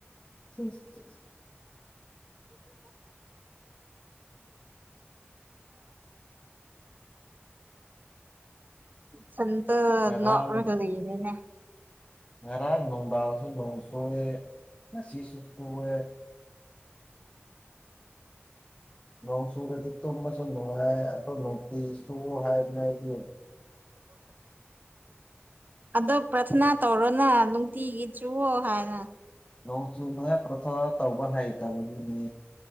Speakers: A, on the left; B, on the right.
A: ꯁꯁꯤ <inaudible>
B: ꯁꯇ
A: ꯉꯔꯥꯡ
B: ꯅ ꯂꯩꯗꯅꯦ
A: ꯉꯔꯥꯡ ꯅꯨꯡꯗꯥꯡꯁꯨ ꯅꯣꯡ ꯁꯨꯑꯦ ꯉꯁꯤꯁꯨ ꯁꯣꯛꯑꯦ ꯅꯣꯡ ꯁꯨꯔꯗꯤ ꯇꯨꯝꯕꯁꯨ ꯅꯨꯡꯉꯥꯏ ꯑꯗꯨ ꯅꯨꯡꯇꯤ ꯁꯨ ꯍꯥꯏꯕꯅꯦ ꯑꯩꯗꯤ <inaudible>
B: ꯑꯗꯣ ꯄ꯭ꯔꯥꯊꯅꯥ ꯇꯧꯔꯣꯅ ꯅꯨꯡꯇꯤꯒꯤ ꯆꯨꯣ ꯍꯥꯏꯅ
A: ꯅꯣꯡꯁꯨ ꯅ ꯄ꯭ꯔꯊꯥ ꯇꯧꯕ ꯍꯩꯇꯕꯒꯤꯅꯦ